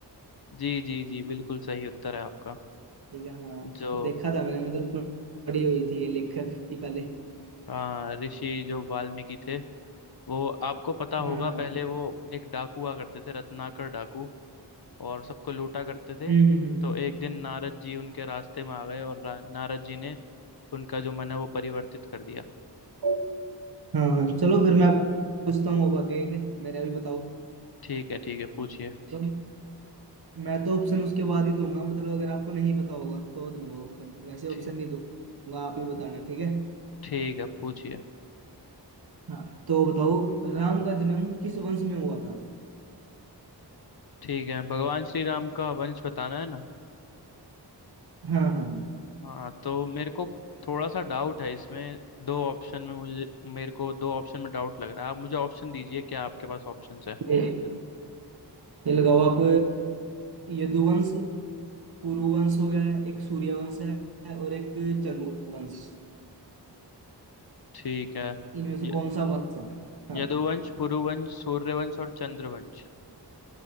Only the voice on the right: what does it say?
ठीक है हाँ
तो देखा था मैंने मतलब पढ़ी हुई थी ये लेखक की पहले
हाँ
हाँ
हम्म हम्म
हम्म। हाँ हाँ चलो फिर मैं आपको पूछता हूँ अब आगे एक मेरे अभी बताओ
तो मैं तो ऑप्शन उसके बाद ही दूंगा मतलब अगर आपको नहीं पता होगा तो दूंगा ऑप्शन वैसे ऑप्शन
नहीं दूंगा आप ही बताना ठीक है
हाँ तो बताओ राम का जन्म किस वंश में हुआ था
हाँ हाँ
ये ये लगाओ आप यदुवंश पुरुवंश हो गया एक सूर्यवंश है और एक चंद्रवंश
इनमें से
कौन सा वंश है हाँ